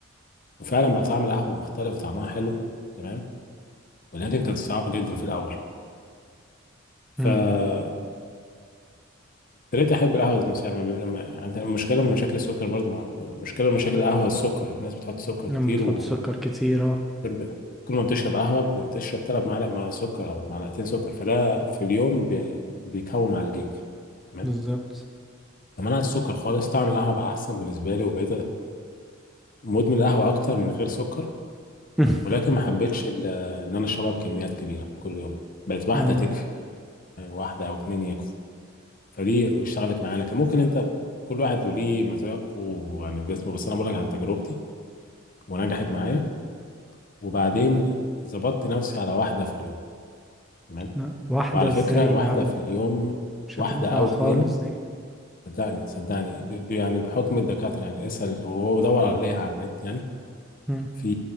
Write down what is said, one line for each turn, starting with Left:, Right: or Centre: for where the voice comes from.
Left: وفعلا بقى طعم القهوة مختلف وطعمها حلو تمام ولكن كان صعب جدا في الأول <clears throat>
Centre: امم
Left: فابتديت أحب القهوة ذات نفسها يعني ما بي- ما- يعني المشكلة من مشاكل السكر برضه ما- مشكلة من مشاكل القهوة السكر الناس بتحط سكر
Centre: لما
Left: كتير
Centre: تحط
Left: و
Centre: سكر كتير اه
Left: شرب- كل ما بتشرب قهوة بتشرب تلات معالق مع سكر أو معلقتين سكر فده في اليوم بي- بيكوم عليك تمام
Centre: بالظبط
Left: منعت السكر خالص طعم القهوة بقى أحسن بالنسبة لي وبقيت مدمن القهوة أكتر من غير سكر
Centre: <laughs>
Left: ولكن ما حبيتش ال- إن أنا أشربها بكميات كبيرة كل يوم بقت واحدة
Centre: اه
Left: تكفي يعني واحدة أو اتنين يكفوا فدي اشتغلت معانا كان ممكن أنت كل واحد له ليه مذاقه ويعني وجسمه بس أنا بقول لك عن تجربتي ونجحت معايا وبعدين ظبطت نفسي على واحدة في اليوم تمام
Centre: لا واحده
Left: وعلى
Centre: ازاي
Left: فكرة واحدة
Centre: يا عم
Left: في اليوم
Centre: مش
Left: واحدة
Centre: هتنفع
Left: أو
Centre: خالص
Left: اتنين
Centre: دي
Left: صدقني صدقني ب- ب- يعني بحكم الدكاترة يعني اسأل ودور عليها على النت يعني
Centre: امم
Left: في